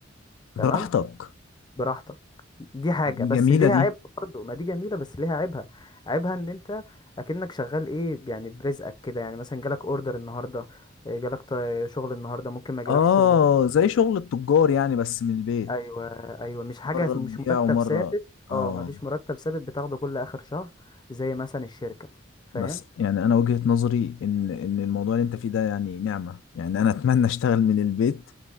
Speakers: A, on the left; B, on the left.
A: تمام
B: براحتك
A: براحتك دي حاجة
B: دي
A: بس
B: جميلة
A: ليها
B: دي
A: عيب برضه ما دي جميلة بس ليها عيبها عيبها ان انت اكنك شغال ايه يعني برزقك كده يعني مثلا جالك اوردر النهاردة إيه، جالك ط- شغل النهاردة ممكن ما جالكش
B: اه
A: شغل بكرة
B: زي شغل التجار يعني بس من البيت
A: ايوه ايوه مش حاجة
B: مرة تبيع
A: مش مرتب
B: ومرة
A: ثابت
B: اه
A: اه ما فيش مرتب ثابت بتاخده كل اخر شهر زي مثلا الشركة فاهم
B: بس يعني انا وجهة نظري ان ان الموضوع اللي انت فيه ده يعني نعمة يعني انا اتمنى اشتغل من البيت